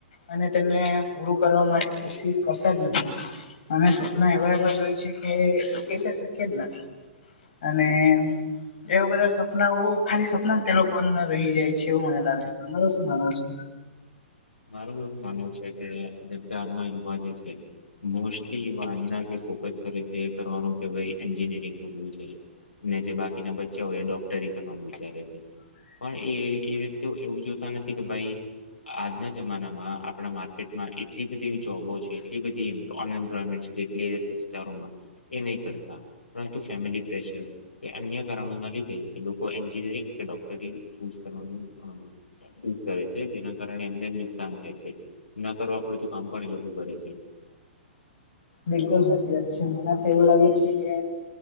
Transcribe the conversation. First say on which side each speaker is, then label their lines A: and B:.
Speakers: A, on the left; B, on the left.
A: અને તેને પૂરું કરવા માટે કોશિશ કરતા જ નથી. અમે સપના એવા એવા જોય છે કે તે શક્ય જ નથી. અને એવા બધા સપનાઓ ખાલી સપના તે લોકોના રહી જાય છે એવું મને લાગે તમારુ શું માનવું છે.
B: મારું એવું માનવું છે કે જેમકે આજના યુવા જે છે. મોસ્ટલી એવા આજના કે ફોકસ કરે છે કરવાનું કે ભાઈ એન્જિનિયરિંગ કરવું છે. ને જે બાકીના બચ્યા હોય એ ડોક્ટરી કરવાનું વિચારે છે. પણ એ એ વ્યક્તિઓ એવું જોતા નથી કે ભાઈ આજના જમાનામાં આપણા માર્કેટમાં એટલી બધી જોબો છે એટલી બધી અનએમ્પ્લોયમેન્ટ છે કેટલી વિારો એ નહી કરતા પરંતુ ફેમિલી પ્રેશર એ અન્ય કારણો ના લીધે એ લોકો એન્જિનયરિંગ કે ડોક્ટરી ચૂ કરવાનું યુઝ કરે છે જેના કારણે એમને નુકસાન થાય છે ન કરવા પડે તો કામ પણ એ લોકો કરે છે.
A: બિલકુલ સાચી વાત છે મને તો એવું લાગે છે કે